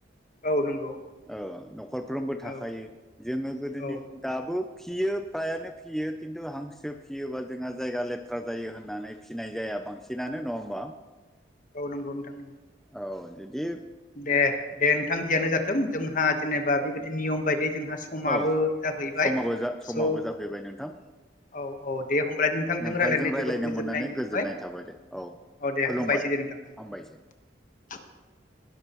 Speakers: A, on the left (about 45°); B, in the centre.
A: औ नंगौ।
B: ओ नख'रफ्रोमबो थाखायो
A: औ
B: जोङो गोदोनि
A: औ
B: दाबो फियो फ्रायानो फियो खिन्थु हांसो फियोबा जोंहा जायगा लेथ्रा जायो होननानै फिसिनाय जाया बांसिनानो नङा होमबा?
A: औ नंगौ नोंथां नंगौ।
B: औ जुदि
A: दे दे नोंथां जियानो जाथों जोंहा जेनेबा बेबायदि नियम बायदि जोंहा समाबो
B: औ
A: जाहैबाय
B: समाबो जा समाबो
A: स'
B: जाफैबाय नोंथां।
A: औ औ दे होमब्लाय
B: नोंथांजों
A: रायज्लायनो जोबोद
B: रायलायनो
A: गोजोननाय
B: मोननानै
A: मोनबाय
B: गोजोननाय थाबाय दे औ
A: दे
B: खुलुमबाय
A: हामबायसै दे नोंथां
B: हामबायसै
A: <inaudible>